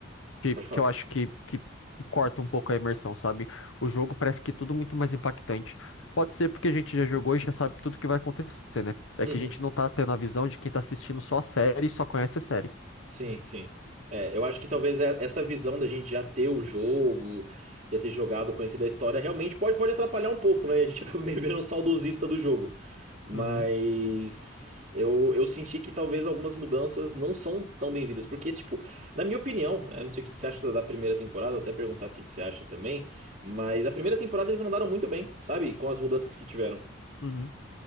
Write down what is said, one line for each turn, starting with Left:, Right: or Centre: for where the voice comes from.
Left: que,
Right: Pode
Left: que
Right: falar.
Left: eu acho que, que, que corta um pouco a imersão, sabe? O jogo parece que é tudo muito mais impactante. Pode ser porque a gente já jogou e já sabe tudo que vai acontecer, né? É
Right: Uhum.
Left: que a gente não tá tendo a visão de quem tá assistindo só a série e só conhece a série.
Right: Sim, sim. É, eu acho que talvez é- essa visão da gente já ter o jogo, já ter jogado, conhecido a história, realmente pode, pode atrapalhar um pouco, né? A gente <laughs> acaba meio virando um saudosista do jogo. Mas
Left: Uhum,
Right: eu, eu senti que talvez algumas mudanças não são tão bem-vindas. Porque, tipo, na minha opinião, eu não sei o que que você acha da primeira temporada, vou até perguntar o que que você acha também. Mas a primeira temporada eles mandaram muito bem, sabe? Com as mudanças que tiveram.
Left: uhum.